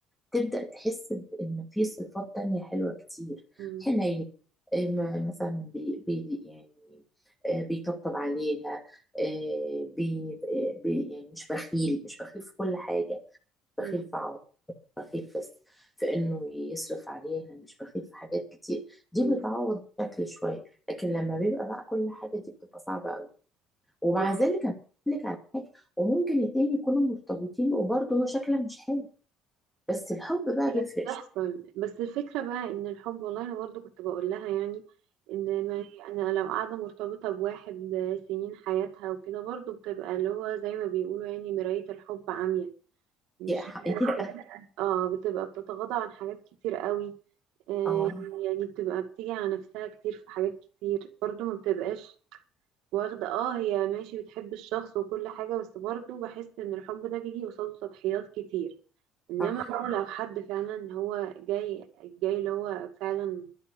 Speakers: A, in the centre; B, on the right (about 75°).
A: تبدأ تحس بإن في صفات تانية حلوة كتير
B: مم.
A: حنين آه، م- مثلا بي بي يعني آه، بيطبطب عليها آه، بي آه، بي يعني مش بخيل مش بخيل في كل حاجة بخيل
B: مم.
A: في عمره بخيل في في إنه يصرف عليها مش بخيل في حاجات كتير دي
B: مم.
A: بتعوض الشكل شوية لكن لما بيبقى بقى كل حاجة دي بتبقى صعبة قوي ومع
B: اه
A: ذلك أنا بقول لك على حاجة وممكن الاتنين يكونوا مرتبطين وبرضه هو شكلها مش حلو بس الحب بقى
B: هي
A: بيفرق
B: بتحصل بس الفكرة بقى ان الحب والله انا برضو كنت بقول لها يعني ان ما هي انا لو قاعدة مرتبطة بواحد سنين حياتها وكده برضو بتبقى اللي هو زي ما بيقولوا يعني مراية الحب عمياء مش
A: هي حقيقة
B: <laughs> اه بتبقى بتتغاضى عن حاجات كتير قوي آه
A: اه
B: يعني بتبقى بتيجي على نفسها كتير في حاجات كتير برضو ما بتبقاش واخدة اه هي ماشي بتحب الشخص وكل حاجة بس برضو بحس ان الحب ده بيجي قصاده تضحيات كتير انما
A: صح
B: بقى لو حد فعلا هو جاي جاي اللي هو فعلا